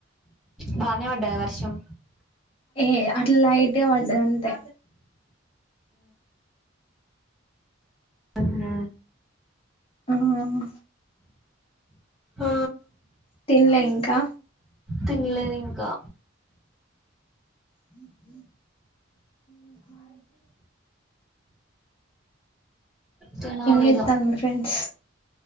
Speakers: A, in the centre; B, on the left.
A: బానే పడ్డద వర్షం
B: ఏ అట్లా లైట్ గా పడ్డది అంతే
A: అమ్మ
B: హా హ హా
A: ఆ
B: తిన్లే ఇంకా
A: తినలేదు ఇంకా
B: <inaudible>
A: తినాలి
B: ఏం చేత్తాళ్ళు
A: ఇగ
B: మీ ఫ్రెండ్స్